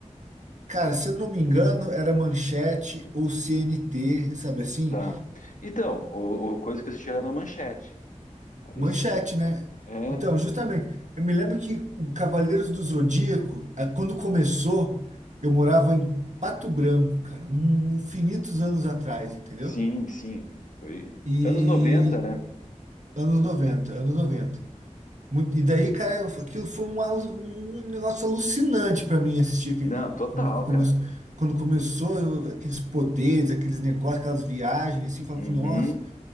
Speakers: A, on the right; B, on the left.
A: Cara, se eu não me engano, era Manchete ou CNT, sabe assim?
B: Tá. Então, o, o coisa que eu assisti era na Manchete. Ali
A: Manchete,
B: eu assisti.
A: né?
B: É,
A: Então, justamente, eu me lembro que o Cavaleiros do Zodíaco, eh, quando começou, eu morava em Pato Branco, cara, um- infinitos anos atrás, entendeu?
B: sim, sim. Foi.
A: E
B: Anos noventa, né?
A: anos 90, anos 90. Muito- e daí, cara, eu- aquilo foi um, alu- um negócio alucinante pra mim assistir aquele,
B: Não, total,
A: como- como-
B: cara.
A: quando começou eu- aqueles poderes, aqueles negócios, aquelas viagens, assim, eu falava,
B: Uhum,
A: nossa,